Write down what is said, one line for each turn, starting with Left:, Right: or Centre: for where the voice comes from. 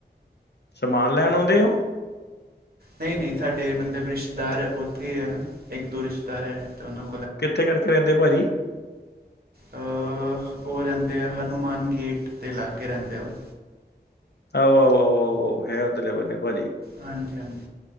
Left: ਸਮਾਨ ਲੈਣ ਆਉਂਦੇ ਹੋ?
Right: ਨਹੀਂ, ਨਹੀਂ। ਸਾਡੇ ਮਤਲਬ ਰਿਸ਼ਤੇਦਾਰ ਉੱਥੇ ਹੀ ਹੈ ਨਾ ਇੱਕ-ਦੋ ਰਿਸ਼ਤੇਦਾਰ ਹੈ। ਉਹਨੂੰ
Left: ਕਿੱਥੇ ਕਰਕੇ ਰਹਿੰਦੇ, ਭਾਜੀ?
Right: ਅ, ਉਹ ਰਹਿੰਦੇ ਆ। ਹਨੂੰਮਾਨ ਗੇਟ ਦੇ ਲਾਗੇ ਰਹਿੰਦੇ ਆ, ਉਹ।
Left: ਆਓ, ਆਓ, ਆਓ, ਆਓ, ਆਓ! ਹੈ ਉਹਦੇ ਨਾਲ ਬੰਦੇ, ਭਾਜੀ।
Right: ਹਾਂਜੀ, ਹਾਂਜੀ।